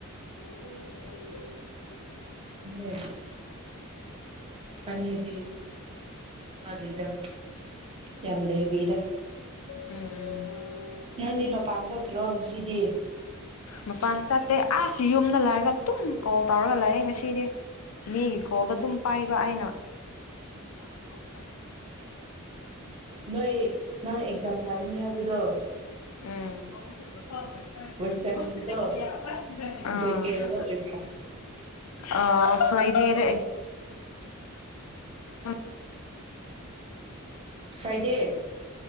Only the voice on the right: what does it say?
ꯏꯅꯦ ꯑꯅꯤꯗꯤ ꯑꯗꯤꯗ ꯌꯥꯝꯂꯩꯔꯤꯗ
ꯅꯪꯗꯤ ꯃꯄꯥꯟ ꯆꯠꯇꯔꯣ ꯉꯁꯤꯗꯤ
ꯅꯣꯏ ꯅꯪ ꯑꯦꯛꯖꯥꯝ ꯊꯥꯒꯅꯤ ꯍꯥꯏꯕ ꯕꯗꯣ
ꯋꯦꯁꯇꯔꯟꯒꯤꯗꯣ ꯗꯦꯠ ꯀꯌꯥꯗ ꯑꯣꯏꯕ꯭ꯔꯥ
ꯐ꯭ꯔꯥꯏꯗꯦ